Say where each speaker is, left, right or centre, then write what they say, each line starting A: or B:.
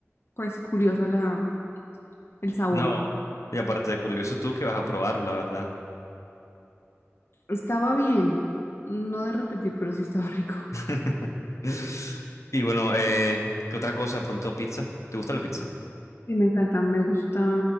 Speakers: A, on the left; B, on the left.
A: pues curiosa la, el sabor.
B: no. Y aparte de curioso tú que vas a probarlo, la verdad.
A: Estaba bien, no de repetir, pero sí estaba rico.
B: <laughs> Y bueno, eh, ¿qué otra cosa? De pronto pizza. ¿Te gusta la pizza?
A: sí me encanta, me gusta